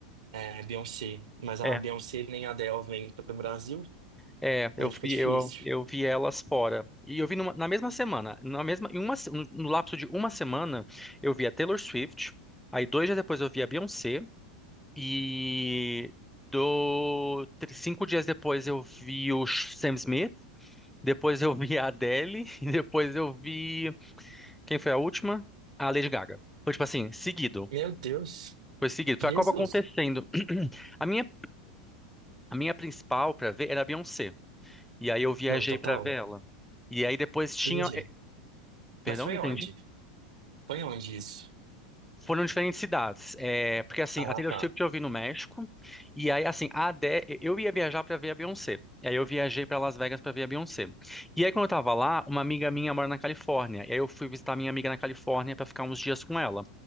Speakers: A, on the right (about 70°); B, in the centre.
A: é, Beyoncé. Mas a
B: É,
A: Beyoncé nem a Adele vem pro Brasil,
B: É, eu
A: aí fica
B: vi,
A: difícil.
B: eu, eu vi elas fora. E eu vi numa- na mesma semana, na mesma, em uma, se- no lapso de uma semana, eu vi a Taylor Swift, aí dois dias depois eu vi a Beyoncé, e do, tr- cinco dias depois eu vi o Sh- Sam Smith, depois eu vi a Adele, <laughs> e depois eu vi, quem foi a última? A Lady Gaga. Foi tipo assim, seguido.
A: Meu Deus.
B: Foi seguido.
A: Jesus.
B: Foi a Copa acontecendo. <clears throat> A minha, a minha principal pra ver era a Beyoncé. E aí eu viajei
A: Não, total.
B: pra ver ela. E aí depois tinha.
A: Entendi.
B: eh, Perdão,
A: Mas foi
B: não entendi.
A: onde? Foi onde isso?
B: Foram diferentes cidades. É, porque assim,
A: Ah,
B: a Taylor
A: tá.
B: Swift eu vi no México. E aí, assim, a Adé, eu ia viajar pra ver a Beyoncé. E aí eu viajei pra Las Vegas pra ver a Beyoncé. E aí, quando eu tava lá, uma amiga minha mora na Califórnia. E aí eu fui visitar minha amiga na Califórnia pra ficar uns dias com ela.